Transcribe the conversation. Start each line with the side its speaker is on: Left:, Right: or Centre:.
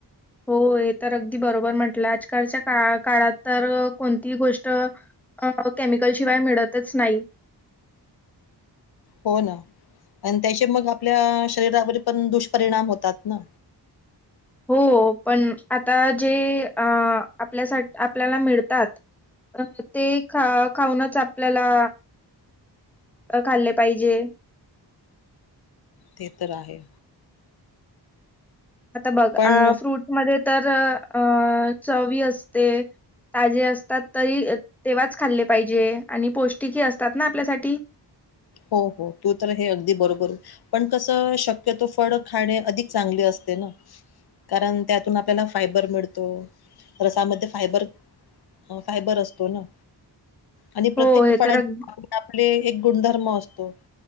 Centre: हो हे तर अगदी बरोबर म्हटला, आजकालच्या का काळात तर कोणतीही गोष्ट. अ केमिकल शिवाय मिळतच नाही.
Left: हो ना आणि त्यांचे मग, आपल्या शरीरावर पण दुष्परिणाम होतात ना.
Centre: हो पण आता जे, अ.. आपल्यासाठी आपल्याला मिळतात. अ ते खा खाऊनच आपल्याला. खाल्ले पाहिजे.
Left: ते तर आहे.
Centre: आता बघ,
Left: पण
Centre: अ फ्रूट मध्ये तर अ चवी असते. ताजे असतात तरी तेव्हाच खाल्ले पाहिजे, आणि पौष्टिकही असतात ना आपल्यासाठी.
Left: हो हो तू तर हे, अगदी बरोबर. पण कसं शक्यतो, फळ खाणे अधिक चांगले असते ना. कारण त्यातून आपल्याला फायबर मिळतो. रसामध्ये फायबर. फायबर असतो ना. आणि प्रत्येक
Centre: हो, हे
Left: फळां
Centre: तर अग
Left: आपले, आपले एक गुणधर्म असतो.